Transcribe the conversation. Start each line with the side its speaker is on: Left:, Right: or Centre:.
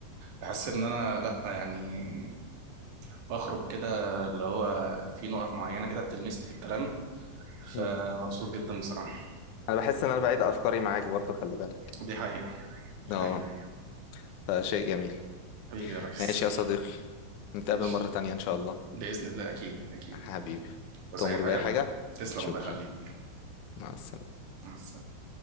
Right: بحس إن أنا لأ يعني بخرج كده اللي هو في نقط معينة كده بتلمسني في الكلام
Left: مم.
Right: فمبسوط جدا بصراحة
Left: أنا بحس إن أنا بعيد أفكاري معاك برضو خلي بالك
Right: دي حقيقة دي
Left: أه
Right: حقيقة
Left: فشيء جميل
Right: حبيبي يا ريس
Left: ماشي يا صديقي نتقابل
Right: ماشي
Left: مرة تانية إن شاء الله
Right: بإذن الله أكيد أكيد
Left: حبيبي
Right: وزي
Left: تؤمر
Right: أي حاجة
Left: بأي حاجة
Right: تسلم
Left: شكرا
Right: الله يخليك
Left: مع السلامة
Right: مع السلامة.